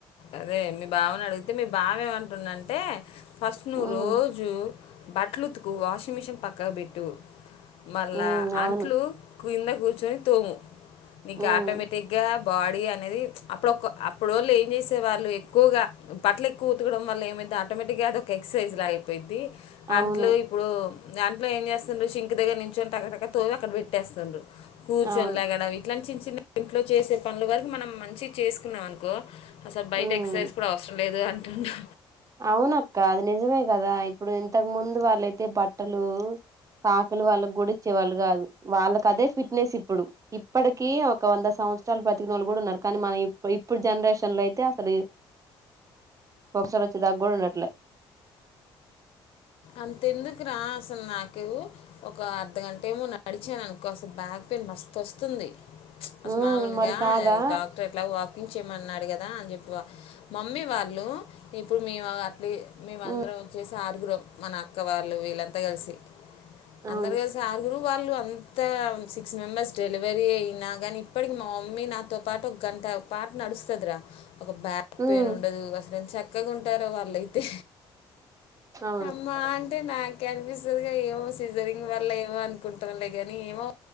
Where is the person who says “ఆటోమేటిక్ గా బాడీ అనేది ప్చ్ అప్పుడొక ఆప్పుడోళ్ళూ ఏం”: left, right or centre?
Left